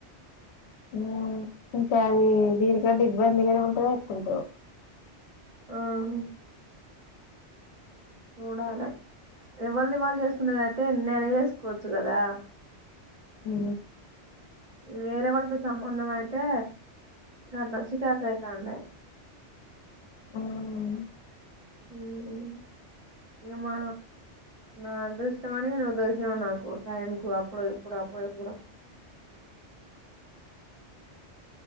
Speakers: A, on the left (about 70°); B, on the right (about 40°).
A: ఉమ్ ఇంకా అది దీనికంటే ఇబ్బందిగానే ఉంటంది <unintelligible>
B: ఆ హ చూడాలి ఎవాళది వాళ్ళు చేసుకున్నదయితే నేనే చేసుకోవచ్చు కదా
A: ఉ
B: వేరే వాళ్ళతో సంబంధం అయితే ఇంగ చికాక అయితాంది
A: మ్
B: మ్ ఏమ్మా నా అదృష్టానికి నువు దొరికి నావు నాకు టైం కు ఆప్పుడు ఇప్పుడ అప్పుడ ఇప్పుడ <unintelligible>